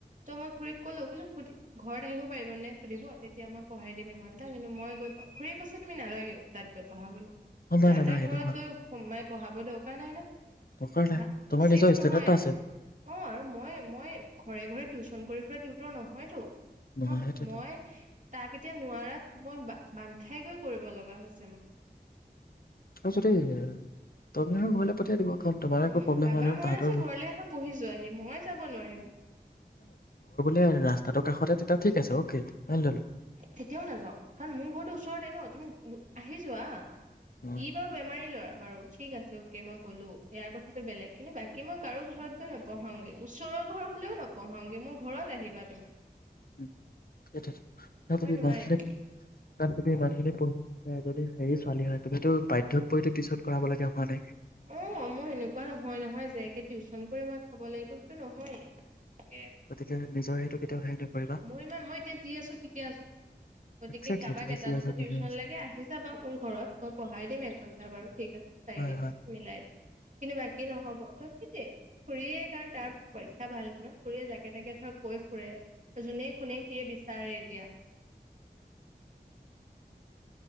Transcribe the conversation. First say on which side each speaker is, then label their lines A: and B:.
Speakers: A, on the right; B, on the left.
A: ত' মই খুুৰী কলো বোলো সুধি ঘৰত আহিব পাৰিব নে সুধিব তেতিয়া মই পঢ়াই দিম এঘন্টা কিন্তু মই গৈ খী পইচাঁ তুমি নালাগে তাত গৈ পঢ়াবলৈ
B: অ নাই
A: যাৰ
B: নাই
A: তাৰ
B: নাই সেইটো
A: ঘৰত
B: হয়
A: গৈ সোমাই পঢ়াব দৰকাৰ নাই ন
B: দৰকাৰ নাই
A: হ
B: তোমাৰ
A: ছেফ
B: নিজৰ
A: নহয়
B: ষ্টেণ্ডাৰ্ড এটা আছে
A: অঁ আৰু মই মই ঘৰে ঘৰে টিউশচন কৰি লোকৰ নহয়তো
B: নহয়
A: মই
B: সেইটোৱেতো
A: মই তাক এতিয়া নোৱাৰাত মই বাল লাহেকৈ কৰিব লগা হৈছে মোক
B: তাৰপিছতে তই ঘৰলৈ পঠিয়াই দিব তোমাৰ
A: উম
B: এক প্ৰব্লেম
A: কাৰোবাৰ মন
B: তাহাতৰ
A: আছে
B: বো
A: ঘৰলে আহা পঢ়ি যোৱাহি মই যাব নোৱাৰিম
B: ৰাস আকাশতেতিয়া ঠিক আছে অ'কে মানি ললো
A: তেতিয়াও নাযাও কাৰণ মোৰ ঘৰটো ওচৰতে ন তুমি আহি যোৱা হ
B: অ উম,
A: ই বাৰু বেমাৰী লৰা বাৰু ঠিক আছে অকে মই গ'লো ইয়াৰ কথাটো বেলেগ কিন্তু বাকী মই কাৰো ঘৰত গৈ নপঢ়াওগে ওচৰৰ ঘৰ হ'লেও ন পহংগি মোৰ ঘৰত আহিবা তুমি
B: উম সেইটোৱেটো। <unintelligible> কাৰণ
A: মই নোৱাৰিম
B: তুমি ইমান খিনি পঢ়ি পেলায় এজনী হেৰি ছোৱালী হয় তুমিতো বাধ্যত পৰিটো টিউচন কৰাব লগিয়া হোৱা নাই।
A: অ', মোৰ সেনেকুৱা নহয়, নহয় যে, একে টিউচন কৰি মই খাব লাগিব সেইটো নহ'য়ে কে।
B: গতিকে নিজৰ সেইটো কেতিয়াও হেৰি নকৰিবা
A: মো ইমান মই এতিয়া যি আছো ঠিকে আছো মানে, গতিকে
B: একজেক্টলি
A: কাৰোবাক
B: তুমি
A: এটা,
B: যি
A: দুটা
B: আছা
A: টিউচন
B: ধুনীয়া আছা
A: লাগে আহি যাবা মোৰ ঘৰত মই পঢ়াই দিম এঘন্টা বাৰু ঠিক আছে চাৰি
B: হয়
A: দিন।
B: হয়
A: কিন্তু বাকী নহ'ব ত' সেইটোৱে খুৰীয়ে কাৰণ তাৰ পৰীক্ষা ভাল হৈছে ন, খুৰীয়ে জাকে তাকে ধৰ কৈ ফুৰে যোনে শুনে সিয়ে বিচাৰে এতিয়া।